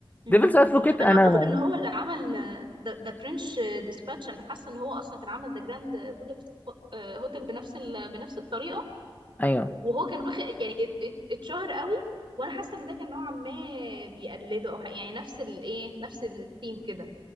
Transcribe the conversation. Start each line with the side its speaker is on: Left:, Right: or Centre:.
Right: مم.
Left: ديفلز ادفوكيت
Right: مم. انا
Left: انا
Right: اعتقد ان هو اللي عمل آه، ده, ده فرنش ديسباتش انا حاسه ان هو اصلا كان عمل ده جراند بودابست هوتل بنفس ال... بنفس الطريقه
Left: ايوه
Right: وهو كان واخد يعني ات- ات- اتشهر قوي وانا حاسه ان ده كان نوعا ما بيقلده او ح- يعني نفس الايه نفس الثيم كده